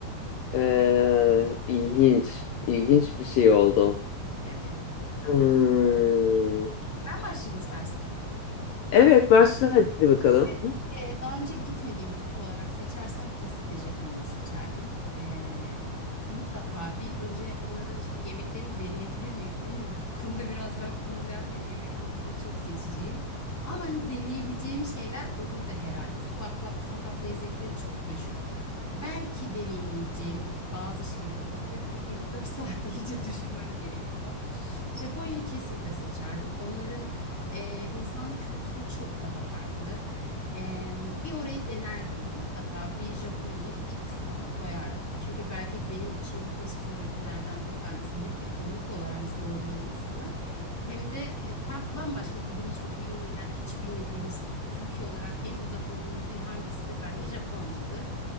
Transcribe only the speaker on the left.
E, ilginç, ilginç bir şey oldu.
Hmm.
Evet başla hadi bakalım.